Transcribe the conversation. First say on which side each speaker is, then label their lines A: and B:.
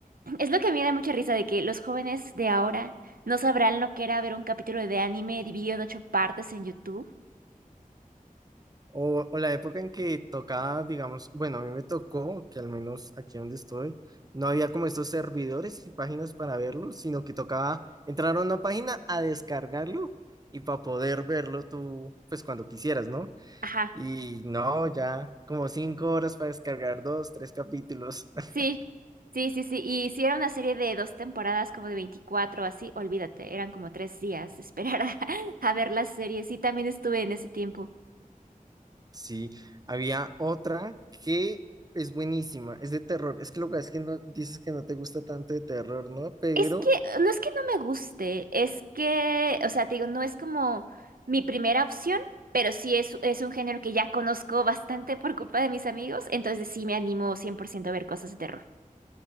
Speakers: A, on the right; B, on the right.
A: <clears throat> Es lo que a mí me da mucha risa de que los jóvenes de ahora no sabrán lo que era ver un capítulo de anime dividido en ocho partes en YouTube.
B: O, o la época en que tocaba, digamos, bueno, a mí me tocó, que al menos aquí donde estoy, no había como estos servidores y páginas para verlo, sino que tocaba entrar a una página a descargarlo y para poder verlo tú, pues cuando quisieras, ¿no?
A: Ajá.
B: Y no, ya como cinco horas para descargar dos, tres capítulos. <laughs>
A: Sí, sí, sí, sí. Y si era una serie de dos temporadas, como de 24, así, olvídate, eran como tres días esperar a, <laughs> a ver las series. Y también estuve en ese tiempo.
B: Sí, había otra que es buenísima, es de terror. Es que lo que es que no, dices que no te gusta tanto de terror, ¿no? Pero
A: Es que, no es que no me guste, es que, o sea, te digo, no es como mi primera opción, pero sí es, es un género que ya conozco bastante por culpa de mis amigos, entonces sí me animo 100% a ver cosas de terror.